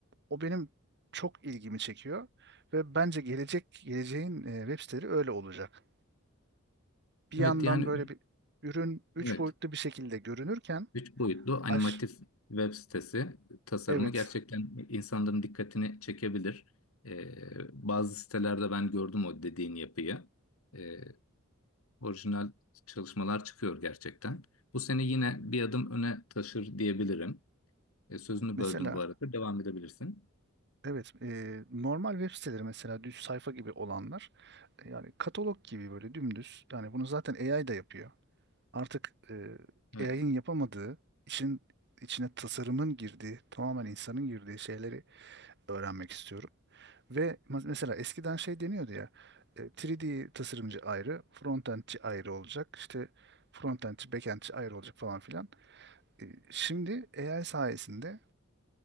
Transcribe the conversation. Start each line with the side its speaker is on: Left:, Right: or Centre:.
Right: o benim çok ilgimi çekiyor ve bence gelecek geleceğin e, web siteleri öyle olacak. Bir yandan
Left: evet yani
Right: böyle bir ürün üç
Left: evet
Right: boyutlu bir şekilde görünürken
Left: üç boyutlu animatif
Right: aş
Left: web sitesi tasarımı
Right: evet
Left: gerçekten insanların dikkatini çekebilir. Ee, bazı sitelerde ben gördüm o dediğin yapıyı. Ee, orijinal çalışmalar çıkıyor gerçekten. Bu seni yine bir adım öne taşır diyebilirim. Ee, sözünü
Right: mesela
Left: böldüm bu arada. Devam edebilirsin.
Right: evet e, normal web siteleri mesela düz sayfa gibi olanlar e, yani katalog gibi böyle dümdüz yani bunu zaten AI da yapıyor. Artık e,
Left: Evet.
Right: AI'ın yapamadığı işin içine tasarımın girdiği tamamen insanın girdiği şeyleri öğrenmek istiyorum. Ve ma- mesela eskiden şey deniyordu ya, e, 3D tasarımcı ayrı, frontendçi ayrı olacak, işte frontendçi, backendçi ayrı olacak falan filan. E, Şimdi AI sayesinde